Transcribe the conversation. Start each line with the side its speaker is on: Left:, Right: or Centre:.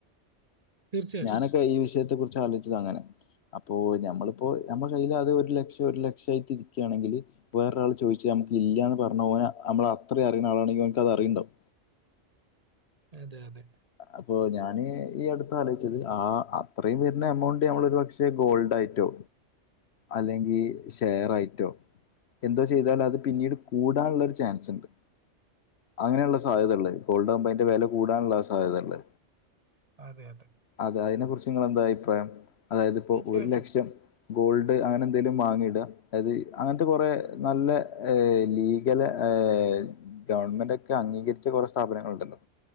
Right: തീർച്ചയായിട്ടും
Left: ഞാനൊക്കെ ഈ വിഷയത്തെ കുറിച്ചാലോയ്ച്ചത് അങ്ങനെ അപ്പോ ഞമ്മള്പ്പോ ഞമ്മടെ കയ്യിലത് ഒര് ലക്ഷം ഒരു ലക്ഷായിട്ടിരിക്ക്യാണെങ്കില് വേറൊരാള് ചോയ്ച്ച് നമുക്ക് ഇല്ല്യാന്ന് പർഞ്ഞ ഓനെ നമ്മളെ അത്രിം അറീണാളാണെങ്കി ഓന്ക്കത് അറീണ്ടാവും
Right: അതെ അതെ
Left: അപ്പൊ ഞാന് ഈ അട്ത്താ ആലോയ്ച്ചത് ആ അത്രെയും വെര്ണ എമൗണ്ട് ഞമ്മളൊരു പക്ഷെ ഗോൾഡായ്ട്ടോ അല്ലെങ്കി ഷെയറായ്റ്റോ എന്തോ ചെയ്താലത് പിന്നീട് കൂടാൻള്ളാെരു ചാൻസ്ണ്ട് അങ്ങനെയ്ള്ള സാധ്യതണ്ട് ഗോൾഡാകുമ്പോ അയ്ന്റെ വെല കൂടാന്ള്ള സാധ്യതണ്ട്
Right: അതെ അതേ
Left: അതെ അയ്നെ കുറിച്ച് ങ്ങെളെന്താ അയ്പ്രായം അതായത്പ്പോ
Right: തീർച്ചയായിട്ടും
Left: ഒരു ലക്ഷം ഗോൾഡ് അങ്ങനെ എന്തേലും വാങ്ങിടാ അതായത് അങ്ങനത്തെ കൊറേ നല്ല ലീഗെലാ ഏഹ് ഗവൺമെന്റാെക്കെ അംഗീകരിച്ച കൊറേ സ്ഥാപനങ്ങള്ണ്ടല്ലോ